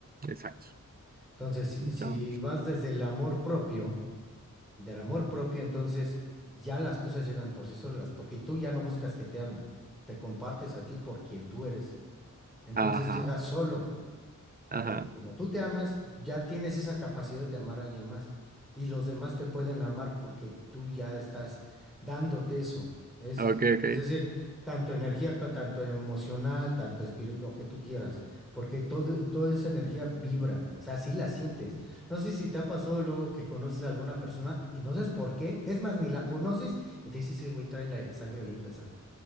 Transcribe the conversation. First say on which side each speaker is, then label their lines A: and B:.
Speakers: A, on the right; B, in the centre.
A: Exacto.
B: Entonces, si si
A: Ya.
B: vas desde el amor propio, del amor propio, entonces ya las cosas llegan por sí solas, porque tú ya no buscas que te amen, te compartes a ti por quien tú eres. Entonces
A: Ajá,
B: llega solo. Porque
A: ajá.
B: como tú te amas, ya tienes esa capacidad de amar a alguien más. Y los demás te pueden amar porque tú ya estás dándote eso. Es,
A: Ah, Ok, ok.
B: es decir, tanto energía, con- tanto emocional, tanto espíritu, lo que tú quieras. Porque todo, toda esa energía vibra. O sea, sí la sientes. No sé si te ha pasado luego que conoces a alguna persona y no sabes por qué. Es más, ni la conoces y te dices, "Ese güey trae la sangre bien pesada.